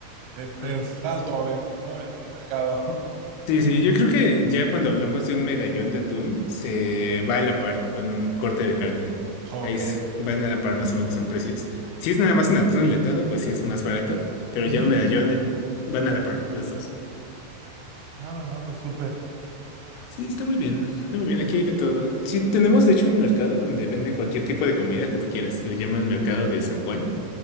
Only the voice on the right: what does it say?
es, es
alto a veces, ¿no? En el mercado. <laughs>
Ok.
Ujú.
No, no, no, pues súper.